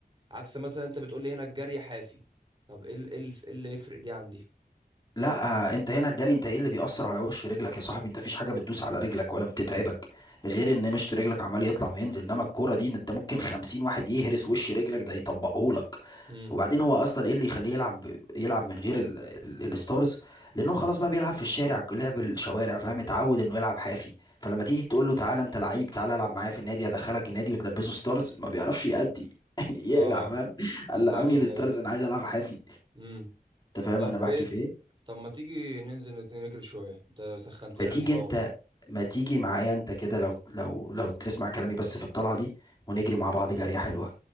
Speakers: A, on the right; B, on the left.
A: عكس مثلا انت بتقول لي هنا الجري حافي طب ايه ال- ايه الف- إيه اللي يفرق دي عندي
B: لا آه، انت هنا الجري انت ايه اللي بيأثر على وش رجلك يا صاحبي انت مفيش حاجه بتدوس على رجلك ولا بتتعبك غير ان مشط رجلك عمال يطلع وينزل انما الكوره دي انت ممكن خمسين واحد يهرس وش رجلك ده يطبقهولك
A: امم
B: وبعدين هو اصلا ايه اللي يخليه يلعب يلعب من غير ال... ال... الستارز لان هو خلاص بقى بيلعب في الشارع لعب الشوارع فاهم اتعود انه يلعب حافي فلما تيجي تقول له تعالى انت لعيب تعالى العب معايا في النادي ادخلك النادي وتلبسه ستارز ما بيعرفش يأدي <laughs> يقلع
A: اه
B: فاهم قلعوني
A: فاهمك
B: الستارز
A: ايوه
B: انا عايز العب حافي
A: امم
B: انت فاهم
A: طب
B: انا بحكي
A: ايه
B: في ايه
A: طب ما تيجي ننزل نجري شويه انت سخنتني
B: ما تيجي
A: الحوار
B: انت ما تيجي معايا انت كده لو لو لو تسمع كلامي بس في الطلعة دي ونجري مع بعض جرية حلوة